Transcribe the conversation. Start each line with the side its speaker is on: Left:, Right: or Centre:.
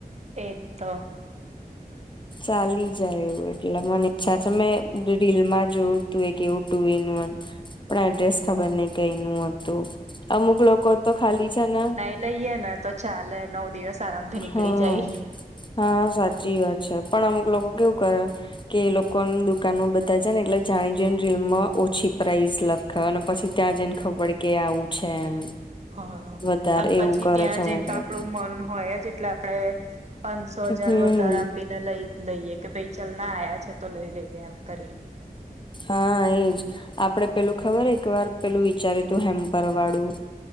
Right: એ તો
Left: ચાલી જાય એવ એટલે મને ઈચ્છા છે મેં રીલમાં જોયું તું એ કે એવું ટુ ઇન વન પણ એડ્રેસ ખબર નઈ કઈ ન હતું અમુક લોકો તો ખાલી છે ને
Right: લઈએે ને તો ચાલે નવ દિવસ આરામથી નીકળી
Left: હા
Right: જાય
Left: હા સાચી વાત છે પણ અમુક લોકો કેવું કરે કે એ લોકો દુકાનમાં બધા છે ને એટલે જાણી જોઈને રીમમાં ઓછી પ્રાઇઝ લખે પછી ત્યાં જને ખબર કે આવું છે એમ
Right: હા
Left: વધારે
Right: અને
Left: એવું
Right: પછી
Left: કરે
Right: ત્યાં
Left: છે અમુક
Right: જઈને તો
Left: લોકો
Right: આપડું મન હોય જ એટલે આપડણે પાંચસો હજાર
Left: હમ
Right: વધારેા આપીને લઈ લઈએ કે ભાઈ ચલ ના આ્યા છે તો લઈ લઈએ એમ કરી
Left: હા એજ આપડે પેલું ખબર એક વાર પેલું વિચારી્યું તું હેમ્પર વાળું